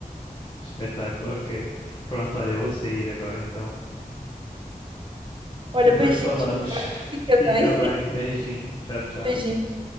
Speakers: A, on the left; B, on the right.
A: Espetáculo, ok. Pronto, olha, eu vou sair agora então.
B: Olha,
A: Depois
B: beijinhos,
A: falamos.
B: Ricardo.
A: <laughs>
B: Fica
A: Fica
B: bem.
A: bem, beijinho. Tchau, tchau.
B: Beijinhos.